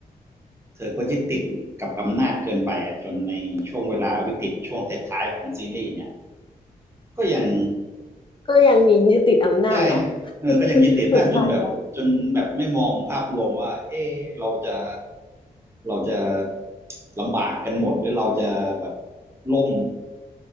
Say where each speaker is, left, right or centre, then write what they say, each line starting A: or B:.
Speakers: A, on the right; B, on the left.
A: เธอก็ยึดติดกับอำนาจเกินไปอะจนในช่วงเวลาวิกฤตช่วงท้ายๆของซีรีส์เนี่ยก็ยัง
B: ก็ยังมียึดติดอำนาจเนาะ
A: ใช่เออก็ยังยึดติดอำนาจจนแบบจนแบบไม่มองภาพรวมว่าเอ๊ะเราจะ
B: สุดท้ายแล้ว
A: เราจะลำบากกันหมดหรือเราจะแบบล่ม